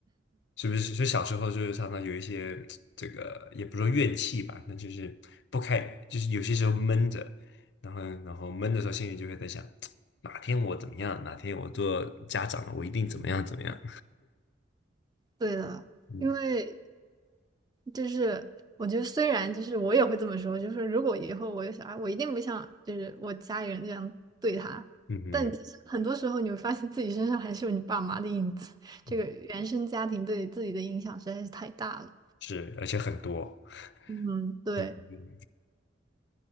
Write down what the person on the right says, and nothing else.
对的，
因为就是我觉得虽然就是我也会这么说，就是如果以后我有小孩，我一定不像就是我家里人这样对他。
但其实很多时候你会发现自己身上还是有你爸妈的影子，
这个原生家庭对自己的影响实在是太大了。
嗯，对，